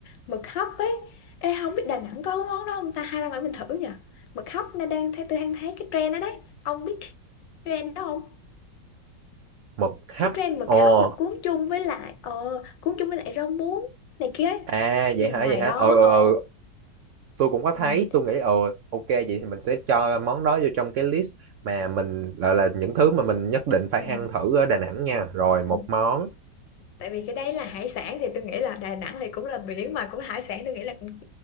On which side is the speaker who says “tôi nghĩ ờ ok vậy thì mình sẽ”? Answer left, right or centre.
Right